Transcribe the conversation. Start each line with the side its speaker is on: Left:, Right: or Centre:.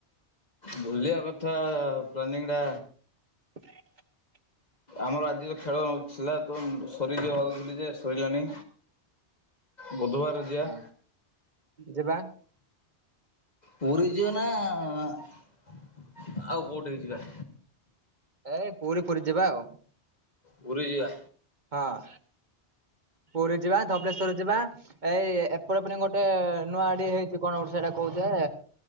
Left: ବୁଲିଆ କଥା ପ୍ଲାନିଂଟା
Right: <inaudible>
Left: ଆମର ଆଜିର ଖେଳ ଥିଲା ତୁମ ସରିଯିଅ ଭାବୁଥିଲି ଯେ ସରିଲାନି। ବୁଧବାର ଯିବା
Right: ହଁ ଯିବା।
Left: ପୁରୀ ଯିଅ ନା ଆଉ କୋଉଠି କି ଯିବା।
Right: ଏଇ ପୁରୀ ଫୁରୀ ଯିବା ଆଉ।
Left: ପୁରୀ ଯିବା।
Right: ହଁ। ପୁରୀ ଯିବା ଧବଳେଶ୍ୱର ଯିବା। ଏଇ ଏପଟେ ପୁଣି ଗୋଟେ ନୂଆ ଆଡି ହେଇଚି କଣ ଗୋଟେ ସେଇଟା କହୁଚେ?